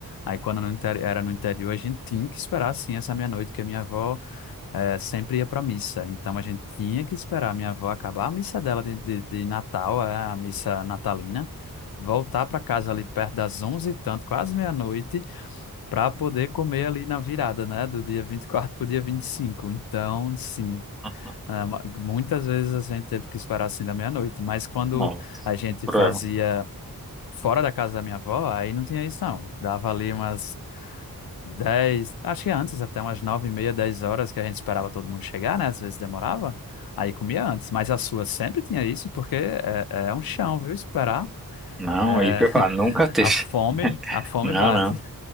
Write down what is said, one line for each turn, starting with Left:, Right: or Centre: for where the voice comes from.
Left: Aí quando no interi- era no interior, a gente tinha que esperar sim essa meia-noite, porque a minha avó eh, sempre ia para missa. Então a gente tinha que esperar a minha avó acabar a missa dela de, de, de Natal, eh, a missa natalina, voltar para casa ali perto das onze e tanto, quase meia-noite, para poder comer ali na virada, né, do dia 24 para o dia 25. Então, sim.
Centre: Uhum.
Left: Ah, ma- muitas vezes a gente teve que esperar assim da meia-noite, mas quando
Centre: Nossa,
Left: a gente
Centre: cruel.
Left: fazia fora da casa da minha avó, aí não tinha isso não. Dava ali umas 10 acho que antes até umas 9 e meia, 10 horas que a gente esperava todo mundo chegar, né? Às vezes demorava, aí comia antes. Mas a sua sempre tinha isso, porque é, é um chão, viu? Esperar.
Centre: Não,
Left: É,
Centre: aí, pra
Left: <laughs>
Centre: nunca teve.
Left: a fome, a fome
Centre: Não,
Left: bate.
Centre: não.